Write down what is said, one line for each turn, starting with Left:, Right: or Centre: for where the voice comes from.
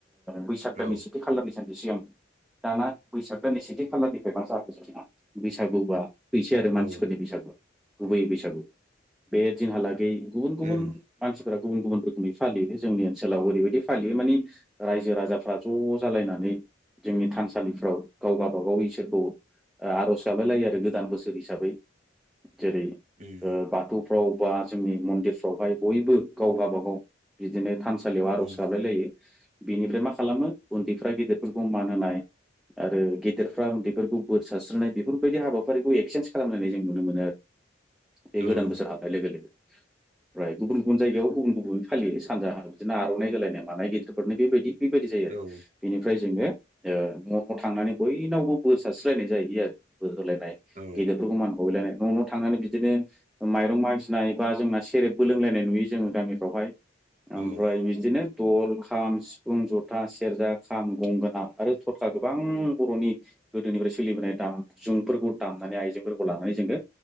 Centre: बैसाग दाननि
Right: औ
Centre: सेथि खालारनि सान सिगां दाना बैसाग दाननि सेथि खालारनिफ्रायबा <unintelligible> ना बैसागुबा फैसै आरो मानसिफोरनि
Right: औ
Centre: बैसागुवा गुबै बैसागु बे दिनहालागै। गुबुन गुबुन
Right: उम
Centre: मानसि गुबुन गुबुन रोखोमै फालियो जोंनि ओनसोलाव ओरैबायदि फालियो मानानि रायजो राजाफ्रा ज' जालायनानै जोंनि थानसालिफ्राव गावगा बागाव इसोरखौ आर'ज गाबलाय लायो आरो गोदान बोसोर हिसाबै जेरै
Right: उम
Centre: बाथौ। फ्राव बा जोंनि मन्दिरफ्रावहाय बयबो गावबा गाबाव बिदिनो थानसालियाव आर'ज
Right: उम
Centre: गाबलाय लायो। बेनिफ्राय मा। खालामो उन्दैफ्रा गेदेरफोरखौ मान होनाय आरो गेदेरफ्रा उन्दैफोरखौ बोर सारस्रोनाय बेफोरबायदि हाबाफारिखौ एक्सेन्स खालामलायनाय जों नुनो मोनो आरो।
Right: नंगौ
Centre: बे गोदान
Right: उम
Centre: बोसार
Right: औ
Centre: हाबनाय लोगो लोगो। ओमफ्राय गुबुन गुबुन जायगायाव गुबुन गुबुन फालियो सानजाहा बिदिनो आर'नाइ होलायनाय मानाय गिदिरफोरनो बेबायदि। बेबायदि जायो आरो
Right: औ
Centre: बेनिफ्राय जोङो नफ्राव थांनानै बयनावबो बोर सारस्रोलायनाय जाहैयो आरो बोर होलाय। नाय
Right: औ
Centre: गेदेरफोरखौ मान‌ होलायनाय न न थांनानै बिदिनो माइरं मागिनाय बा जोंना सेरेबबो लोंलायनाय नुयो जोङो गामिफ्रावहाय। <unintelligible>
Right: औ
Centre: ओमफ्राय बिदिनो दल खाम सिफुं जथा सेरजा खाम गंगोना आरो थरखा। गोबां बर'नि गोदोनिफ्राय सोलिबोनाय दाम जुंफोरखौ दामनानै आइजेंफोरखौ लानानै जोङो